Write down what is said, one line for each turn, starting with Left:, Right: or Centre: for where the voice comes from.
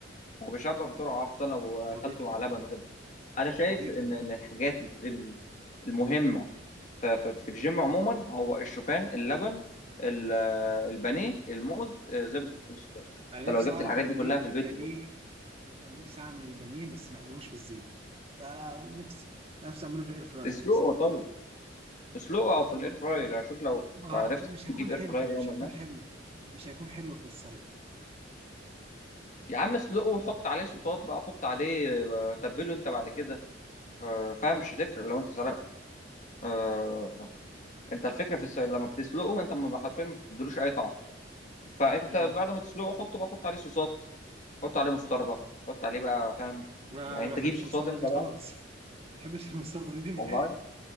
Left: هو بيشبع بسرعه خصوصا لو
Right: هو
Left: اكلته
Right: بيكتم
Left: مع لبن
Right: اه
Left: وكده انا شايف
Right: هو بيكتم
Left: ان
Right: فعلا
Left: ان الحاجات ال- المهمه ف- ف- في الجيم عموما هو الشوفان اللبن ال- البانيه الموز آه، زبده الفول السوداني
Right: انا
Left: انت
Right: نفسي
Left: لو جبت
Right: اعرف
Left: الحاجات
Right: البانيه
Left: دي كلها في البيت
Right: البانيه انا نفسي اعمل البانيه بس ما قالوش في الزيت يا لهوي نفسي نفسي اعمله في الاير فراير
Left: اسلقه
Right: مثلا
Left: طيب اسلقه او في
Right: م-
Left: الاير فراير يعني شوف لو
Right: ما
Left: عرفت
Right: مش
Left: تجيب
Right: هيكون
Left: اير
Right: حلو
Left: فراير يوما
Right: مش هيكون
Left: ما
Right: حلو مش هيكون حلو في السلق
Left: يا عم اسلقه وحط عليه صوصات بقى حط عليه آه، تبله انت بعد كده آه، فاهم مش هتفرق لو انت سلقته آه، انت الفكره في الس- لما بتسلقه انت ما حرفيا ما بتديلوش اي طعم فانت
Right: امم
Left: بعد ما تسلقه حطه بقى حط عليه صوصات حط عليه مستردة حط عليه بقى فاهم
Right: ما
Left: يعني
Right: انا
Left: انت
Right: ما بحبش
Left: جيب صوصات
Right: المستردة
Left: انت
Right: دي
Left: بقى
Right: خالص ما بحبش المستردة دي, دي نهائي
Left: والله